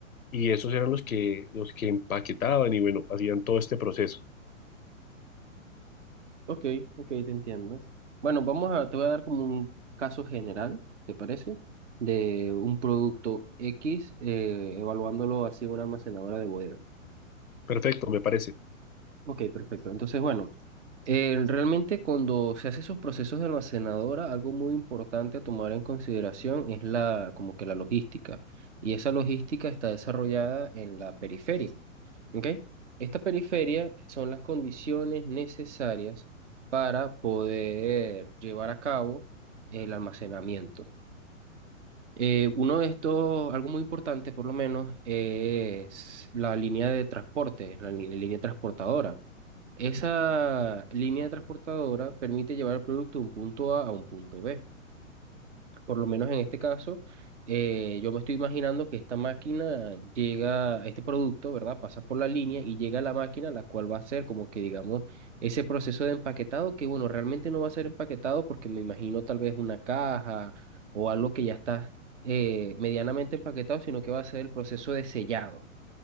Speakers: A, on the left (about 85°); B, on the right (about 60°).
A: y esos eran los que, los que empaquetaban y bueno, hacían todo este proceso.
B: Ok, ok, te entiendo. Bueno, vamos a, te voy a dar como un caso general, ¿te parece? De un producto X, eh, evaluándolo así en una almacenadora de bodega.
A: Perfecto, me parece.
B: Ok, perfecto. Entonces, bueno, eh, realmente cuando se hace esos procesos de almacenadora, algo muy importante a tomar en consideración es la, como que la logística. Y esa logística está desarrollada en la periferia. ¿ok? Esta periferia son las condiciones necesarias para poder llevar a cabo el almacenamiento. Eh, uno de estos, algo muy importante por lo menos, es la línea de transporte, la li- línea transportadora. Esa línea transportadora permite llevar el producto de un punto A a un punto B por lo menos en este caso, eh, yo me estoy imaginando que esta máquina llega, este producto, ¿verdad? Pasa por la línea y llega a la máquina, la cual va a ser como que, digamos, ese proceso de empaquetado, que bueno, realmente no va a ser empaquetado porque me imagino tal vez una caja o algo que ya está eh, medianamente empaquetado, sino que va a ser el proceso de sellado,